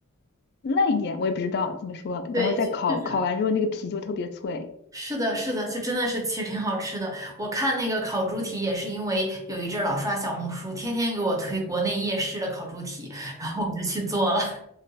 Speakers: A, on the left; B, on the right.
A: 烂一点，我也不知道怎么说。
B: 对，
A: 然后再烤，
B: 就是
A: 烤完之后那个皮就特别脆，
B: 是的，是的，就真的是其实挺好吃的。我看那个烤猪蹄也是因为有一阵儿老刷小红书，天天给我推国内夜市的烤猪蹄，然后我就去做了。<laughs>